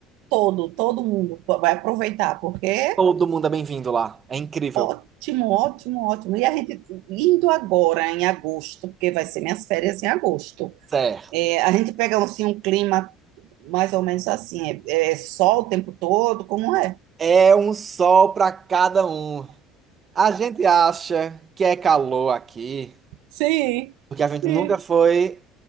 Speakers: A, on the right; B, on the right.
A: Todo, todo mundo vai aproveitar, porque
B: Todo mundo é bem-vindo lá. É incrível.
A: Ótimo, ótimo, ótimo. E a gente indo agora em agosto, porque vai ser minhas férias em agosto.
B: Certo.
A: é, a gente pega assim, um clima mais ou menos assim, é, é sol o tempo todo, como é?
B: É um sol pra cada um. A gente acha que é calor aqui,
A: Sim,
B: porque a gente
A: sim.
B: nunca foi